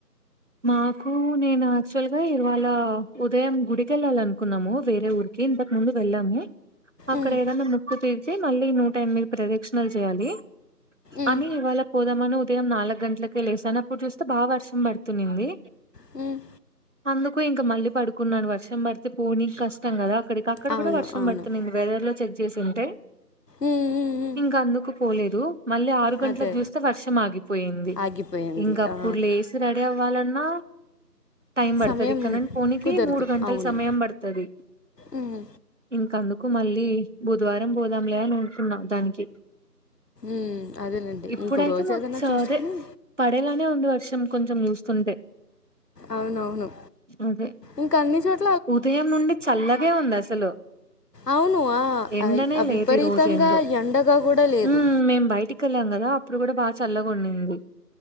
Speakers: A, on the right; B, on the left.
A: మాకు నేను యాక్చువల్ గా ఇవాళ ఉదయం గుడికెళ్ళాల అనుకున్నాము వేరే ఊరికి ఇంతక ముందు వెళ్ము అక్కడ
B: ఉమ్,
A: ఏదన్నా ముక్కు తీరిచి మళ్ళీ నూట ఎనిమిది ప్రదక్షిణలు చేయాలి
B: ఉమ్,
A: అని ఇవాళ పోదామని ఉదయం నాలుగు గంటలకే లేసాను అప్పుడు చూస్తే బా వర్షం పడుతుంది తునింది
B: హ్మ్
A: అందుకు ఇంకా మళ్ళీ పడుకున్నాను వర్షం పడితే పోనీ కష్టం కదా అక్కడికి అక్కడ
B: అవును
A: కూడా వర్షం
B: అవును
A: పడుతు వెదర్ లో చెక్ చేసి ఉంటే
B: ఉమ్ ఉమ్ ఉమ్
A: ఇంకా అందుకు పోలేదు మళ్ళీ ఆరు గంటలకు
B: అదే
A: చూస్తే వర్షం ఆగిపోయింది
B: ఆగిపోయింది
A: ఇంకప్పుడు
B: ఆ
A: లేసి కాలన్నా టైం పడతది
B: సమయం
A: ఇక్కదండి పోనీనికి
B: కుదరదు
A: మూడు గంటల
B: అవును
A: సమయం పడతది
B: ఉమ్
A: ఇంకా అందుకు మళ్ళీ బుధవారం పోదాంలే అని ఊరుకున్నా దానికి
B: ఉమ్ అదేలేండి
A: ఇప్పుడైతే
B: ఇంకో రోజు
A: మ
B: ఏదైనా
A: చ
B: చూసుకుని
A: అదే పడేలానే ఉంది వర్షం కొంచెం చూస్తుంటే
B: అవునవును
A: అదే
B: ఇంకా అన్ని చోట
A: ఉదయం నుండి చల్లగే ఉంది అసలు
B: అవును ఆ
A: ఎండనే లేదు
B: విపరీతంగా
A: ఈ రోజు ఏందో
B: ఎండగా కూడా లేదు
A: హ్మ్ మేం బయటికి వెళ్ళాం కదా అప్పుడు కూడా బాగా చల్లగొన్నింది